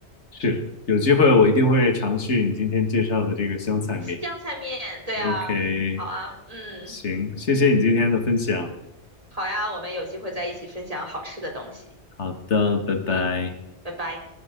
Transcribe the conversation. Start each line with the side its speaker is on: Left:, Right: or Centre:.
Left: 是，有机会我一定会尝试你今天介绍的这个香菜面。
Right: 香菜面，对啊，
Left: OK，
Right: 好啊，嗯，
Left: 行，谢谢你今天的分享。
Right: 好呀，我们有机会再一起分享好吃的东西，
Left: 好的，拜拜。
Right: 拜拜。